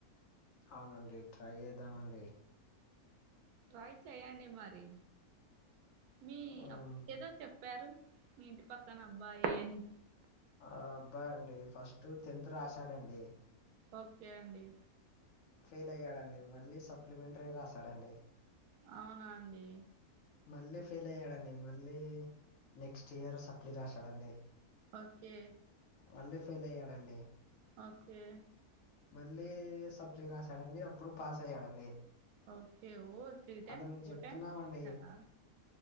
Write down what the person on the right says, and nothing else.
ట్రై చెయండి మరి మీ
ఏదో చెప్పారు మీ ఇంటి పక్కన అబ్బాయి అని
ఓకే అండి
అవునా అండి
ఓకే
ఓకే
ఓకే ఓ త్రీ టైమ్స్
ఫోర్
టైమ్స్ రాశాడా,